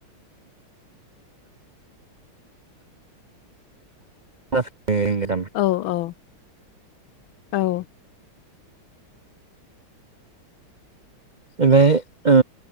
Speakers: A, on the right; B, on the left.
A: <unintelligible>
B: औ औ औ।
A: ओमफ्राय ओ